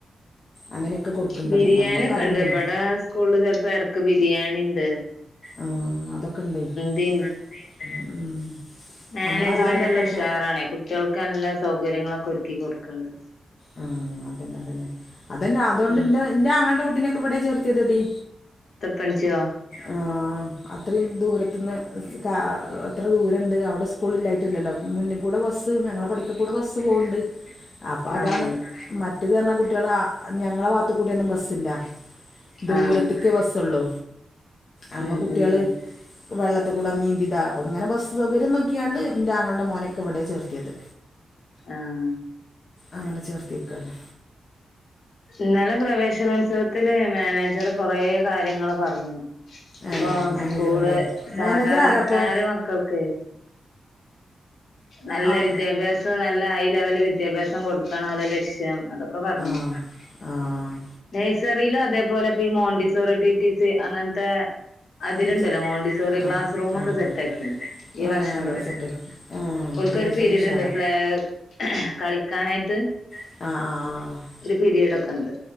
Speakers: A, on the left; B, on the left.
A: അങ്ങനെയൊക്കെ
B: ബിരിയാണി ഒക്കെ
A: അതൊന്നും
B: ഉണ്ട്. ഇവടെ സ്കൂളിൽ ചിലപ്പോ ഇടക്ക് ബിരിയാണിണ്ട്.
A: ആഹ് അതൊക്കെ ഇണ്ടേ
B: ഇണ്ട്
A: ഉം.
B: മാനേജ്മെന്റ്
A: നമ്മളെ കാലഘട്ടമൊക്കെ
B: നല്ല ഉഷാറാണേ കുട്ടികൾക്ക് നല്ല സൗകര്യങ്ങളൊക്കെ ഒരുക്കി കൊടുക്ക്‌ണ്ട്
A: ആ അതന്നെ അതന്നെ അതന്നെ അതുകൊണ്ട്
B: ഉം
A: എന്റെ ആങ്ങളന്റെ കു ട്ടിനൊക്കെ ഇവിടെയാണ് ചേർത്തിയത്ടി
B: ത്രിപ്പഞ്ചിയോ
A: ആ അത്രയും ദൂരത്തന്ന് കാ എത്ര ദൂരണ്ട് അവിടെ സ്കൂ സ്കൂളില്ലായിട്ടല്ലല്ലോ മുന്നിൽ കൂടെ ബസ് ഞങ്ങളെ പഠിക്കൽ കൂടെ ബസ്സ് പോവുണ്ട് അപ്പ അതാണ്
B: ആഹ്
A: മറ്റ്തന്ന് പറഞ്ഞകുട്ടികൾ ഞങ്ങളെ ഭാഗത്ത കുട്യൊന്നും ബസ്സില്ല ദൂരത്തക്ക്
B: ആഹ്
A: ബസ്സള്ളു. അപ
B: ഉം
A: കുട്ടേള്
B: ഉം
A: വെള്ളത്തി കൂട നീന്തിതാണ് അപ്പോ ഇങ്ങനെ ബസ് സൗകര്യം നോക്കിയാണ് എന്റെ ആങ്ങളയുടെ മോനൊക്കെ ഇവിടെ ചേർത്തിയത്
B: ആഹ്
A: അങ്ങനെ ചേർത്തിയക്കാണ്
B: ഇന്നലെ പ്രവേശനോത്സവത്തില് മാനേജർ കൊറ കാര്യങ്ങള് പറഞ്ഞു
A: ഏഹ്
B: ഇപ്പ
A: മാനേജർ
B: സ്കൂള്
A: ഉണ്ടായി
B: സാധാരണക്കാരെ
A: മാനേജർ ആരാപ്പം
B: മക്കൾക്കേ നല്ല
A: ആഹ്
B: വിദ്യാഭ്യാസം നല്ല ഹൈ ലെവല് വിദ്യാഭ്യാസം കൊടുക്കണഓല ലക്ഷ്യം അതൊക്കെ പറഞ്ഞു
A: അതെ ആഹ്
B: നഴ്സറിയിലും അതേപോലെഈ മോണ്ടിസോറിടീറ്റീസി അങ്ങത്തെ അതിലുണ്ടല്ലോ
A: ടീച്ച
B: മോണ്ടിസോറി ക്ലാസ്
A: ആഹ്
B: റൂമ ഒക്കെ
A: ആഹ്
B: സെറ്റ ആക്കി ഈ
A: ഏഹ്
B: വർഷം
A: അതൊക്കെ
B: തൊട്ട്.
A: സെറ്റ് ഏഹ്
B: ഓൾക്കൊരു
A: അപ്പൊ നഴ്സറി
B: പീരയഡ്
A: ഉഷാറാ
B: ഉണ്ട്. പ്ലലേ കളിക്കാനായിട്ട്.
A: ആഹ് ആഹ് ആഹ്
B: ഒരു പിരീഡ ഒക്കെ ഇണ്ട്